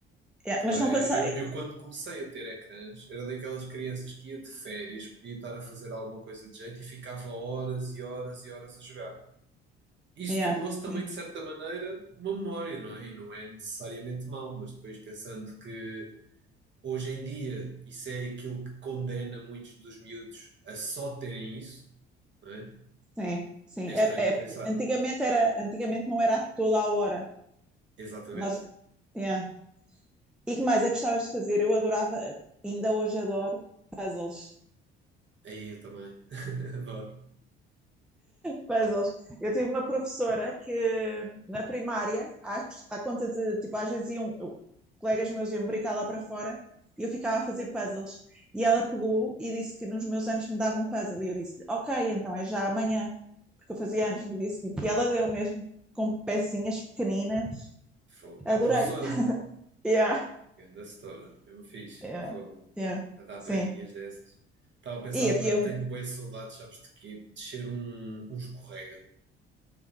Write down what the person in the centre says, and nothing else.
é,
mas não passei.
Yeah,
sim,
sim, sim.
É,
é porque
antigamente, era, antigamente não era a toda a hora
Nós, yeah. E que mais é que gostavas de fazer? Eu adorava, ainda hoje adoro, puzzles.
Puzzles. Eu tive uma professora que na primária, à, à conta de, tipo, às vezes iam, colegas meus iam brincar lá para fora e eu ficava a fazer puzzles. E ela pegou e disse que nos meus anos me davam um puzzle. E eu disse, ok, então é já amanhã, porque eu fazia anos no dia seguinte. E ela deu mesmo, com pecinhas pequeninas.
Adorei.
Yeah,
yeah,
yeah.
Sim.
E
havia
um.